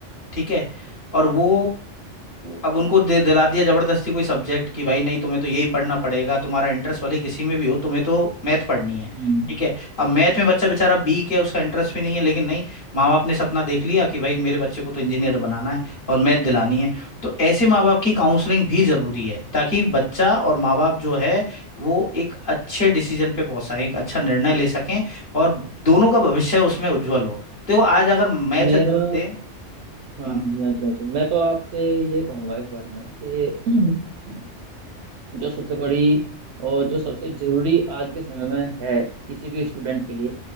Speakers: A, on the left; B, on the right.
A: ठीक है और वो अब उनको दे दिला दिया जबरदस्ती कोई सब्जेक्ट कि भाई नहीं तुम्हें तो यही पढ़ना पड़ेगा तुम्हारा इंटरेस्ट वाले किसी में भी हो तुम्हें तो मैथ पढ़नी है
B: हम्म।
A: ठीक है अब मैथ में बच्चा बेचारा वीक है उसका इंटरेस्ट भी नहीं है लेकिन नहीं माँ बाप ने सपना देख लिया कि भाई मेरे बच्चे को तो इंजीनियर बनाना है और मैथ दिलानी है तो ऐसे माँ बाप की काउंसलिंग भी जरूरी है ताकि बच्चा और माँ बाप जो है वो एक अच्छे डिसीजन पे पहुंचा एक अच्छा निर्णय ले सकें और दोनों का भविष्य उसमें उज्जवल हो तो आज अगर मैथ
B: मेरा
A: दे
B: हाँ
A: हम्म?
B: जी हाँ जी हाँ जी मैं तो आपसे ये कहूँगा इस बारे में ना कि <clears throat> जो सबसे बड़ी और जो सबसे जरूरी आज के समय में है किसी भी स्टूडेंट के लिए